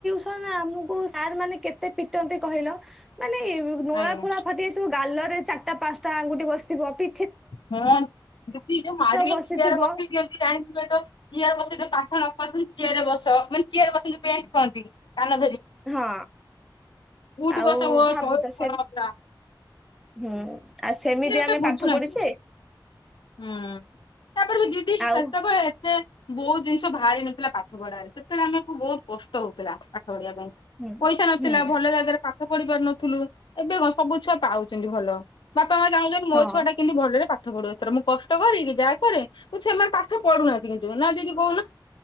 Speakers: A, in the centre; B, on the left.
A: ସନ ଆମକୁ ସାର୍ ମାନେ କେତେ ପିଟନ୍ତି କହିଲ, ମାନେ ନୋଳା
B: ଆଜ୍ଞା
A: ଫୋଳା ଫାଟି ଯାଇଥିବ ଗାଲ ରେ ଚାରଟା ପାଞ୍ଚଟା ଆଙ୍ଗୁଠି ବସିଥିବ ପି
B: ହଁ ଦିଦି ଯୋଉ ମାରିବେ
A: ବସିଥିବ
B: ଚିଆରେ ବସେଇଦିଅନ୍ତି ଜାଣିଥିବେ ତ ଚିଆର ବସେଇ ତ ପାଠ ନ ଥିଲେ ଚେୟାରେ ବସ ମାନେ ଚେୟାରରେ ବସିକି ପେଣ୍ଟ କହନ୍ତି କାନ ଧରିକି।
A: ହଁ
B: ଉଠ
A: ଆଉ
B: ବସ ହୁଅ
A: ଭାବୁ
B: ଶହେ ଥର
A: ତ ସେ
B: ପୁରା।
A: ହୁଁ ଆ ସେମିତି
B: ସିଏ ଏବେ
A: ଆମେ
B: ବୁଝୁନାହାନ୍ତି।
A: ପାଠ ପଢିଛେ।
B: ହୁଁ ତାପରେ ବି ଦିଦି
A: ଆଉ
B: ସେତେବେଳେ ଏତେ ବହୁତ ଜିନିଷ ବାହାରି ନଥିଲା ପାଠ ପଢାରେ ସେତେବେଳେ ଆମକୁ ବହୁତ କଷ୍ଟ ହଉଥିଲା, ପା ଢିବା ପାଇଁ,
A: ହୁଁ
B: ପଇସା ନଥିଲା
A: ହୁଁ
B: ଭଲ ଜାଗାରେ ପାଠ ପାଠ ପଢି ପାରୁ ନଥିଲୁ, ଏବେ କଣ ସବୁ ଛୁଆ ପାଉଛନ୍ତି ଭଲ, ବାପ ମା ଚାହୁଁଛନ୍ତି
A: ହଁ।
B: ମୋ ଛୁଆଟା କେମତି ଭଲରେ ପାଠ ପଢୁ ଏଥର। କଷ୍ଟ କରେ କିି ଯାହା କରେ, ସେମାନେ ପାଠ ପଢୁନାହାନ୍ତି କିନ୍ତୁ ନା ଦିଦି କହୁନ।